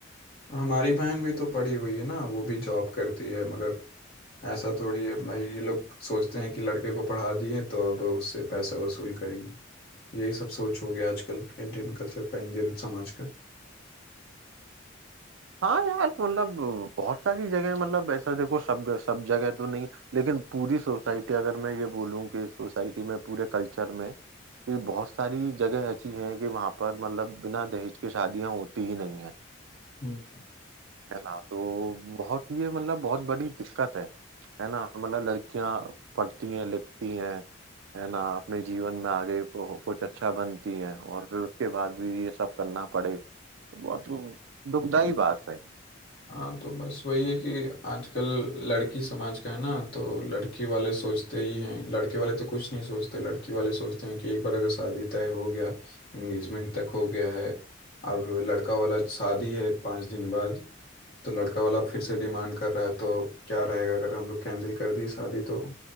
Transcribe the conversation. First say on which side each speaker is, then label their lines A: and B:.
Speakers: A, on the left; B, on the right.
A: है हमारी बहन भी तो पढ़ी हुई है ना वो भी जॉब करती है मगर ऐसा थोड़ी है भाई ये लोग सोचते हैं कि लड़के को पढ़ा दिए तो अब उससे पैसा वसूल करेंगे यही सब सोच हो गया आजकल इंडियन कल्चर का इंडियन समाज का
B: हाँ यार मतलब बहुत सारी जगह मतलब ऐसा देखो सब सब जगह तो नहीं लेकिन पूरी सोसाइटी अगर मैं ये बोलूँ कि सोसाइटी में पूरे कल्चर में कि बहुत सारी जगह ऐसी हैं कि वहाँ पर मतलब बिना दहेज के शादियाँ होती ही नहीं है
A: हम्म।
B: है ना तो बहुत ये मतलब बहुत बड़ी दिक्कत है है ना मतलब लड़कियां पढ़ती हैं लिखती हैं है ना अपने जीवन में आगे को, कुछ अच्छा बनती हैं और फिर उसके बाद भी ये सब करना पड़े बहुत दुखदाई बात है
A: हाँ तो बस वही है कि आजकल लड़की समाज का है ना तो लड़की वाले सोचते ही हैं लड़के वाले तो कुछ नहीं सोचते लड़की वाले सोचते हैं कि एक बार अगर शादी तय हो गया एंगेजमेंट तक हो गया है अब लड़का वाला शादी है पाँच दिन बाद तो लड़का वाला फिर से डिमांड कर रहा है तो क्या रहेगा अगर हम लोग कैंसिल कर दिए शादी तो